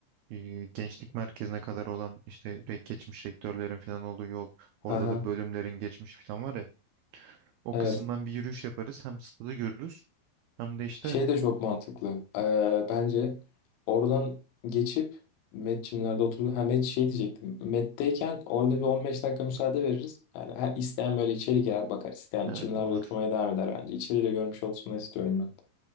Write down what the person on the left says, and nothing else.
ha ha
evet
Şey de çok mantıklı. Ee, bence oradan geçip Metçimlerde oturdu. Ha Met şey diyecektim. Met'teyken orada bir 15 dakika müsaade veririz. Yani her isteyen böyle içeri girer bakar. İsteyen
çimlerde
oturmaya devam eder bence. İçeri de görmüş olsun istiyorum ben.